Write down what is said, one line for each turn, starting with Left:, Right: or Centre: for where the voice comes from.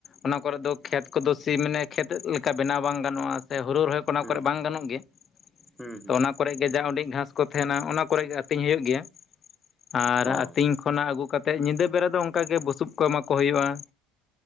Left: ᱚᱱᱟ ᱠᱚ ᱫᱚ ᱠᱷᱮᱛ ᱠᱚᱫᱚ ᱥᱤ ᱢᱟᱱᱮ ᱠᱷᱮᱛ ᱞᱮᱠᱟ ᱵᱮᱱᱟᱣ ᱵᱟᱝ ᱜᱟᱱᱚᱜᱼᱟ ᱥᱮ ᱦᱩᱨᱩ ᱨᱚᱦᱚᱭ
Centre: ᱦᱩᱸ
Left: ᱠᱚᱨᱮ ᱵᱟᱝ ᱜᱟᱱᱚᱜ ᱜᱮᱭᱟ
Centre: ᱦᱩᱸ ᱦᱩᱸ
Left: ᱛᱚ ᱚᱱᱟ ᱠᱚᱨᱮ ᱜᱮ ᱡᱟ ᱩᱸᱰᱤ ᱜᱷᱟᱸᱥ ᱠᱚ ᱛᱟᱦᱮᱱᱟ ᱚᱱᱟ ᱠᱚᱨᱮ ᱜᱮ ᱟᱹᱛᱤᱧ ᱦᱩᱭᱩᱜ ᱜᱮᱭᱟ ᱟᱨ
Centre: ᱚ
Left: ᱟᱹᱛᱤᱧ ᱾ ᱠᱷᱚᱱᱟᱜ ᱟᱹᱜᱩ ᱠᱟᱛᱮᱫ ᱧᱤᱫᱟᱹ ᱵᱮᱨᱟ ᱫᱚ ᱚᱱᱠᱟ ᱜᱮ ᱵᱩᱥᱩᱵ ᱠᱚ ᱮᱢᱟ ᱠᱚ ᱦᱩᱭᱩᱜᱼᱟ ᱾